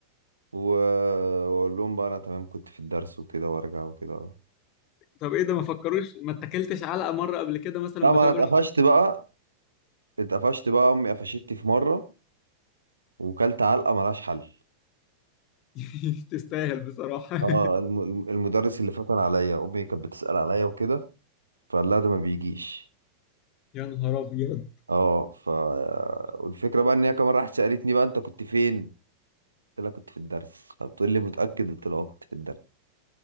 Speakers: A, on the right; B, on the left.
A: و- واقول لهم بقى انا تمام كنت في الدرس وكده وارجع وكده
B: طب ايه ده ما فكروش ما اتكلتش علقه مره قبل كده مثلا
A: لا ما
B: بسبب
A: انا اتقفشت
B: الح-
A: بقى اتقفشت بقى امي قفشتني في مره وكلت علقه ملهاش حل
B: <laughs> تستاهل بصراحه
A: اه الم- الم- المدرس اللي فتن عليا امي كانت بتسال عليا وكده فقال لها ده ما بيجيش
B: <laughs> يا نهار ابيض
A: اه ف والفكره بقى ان هي كمان راحت سالتني بقى انت كنت فين قلت لها كنت في الدرس فبتقول لي متاكد قلت لها آه، كنت في الدرس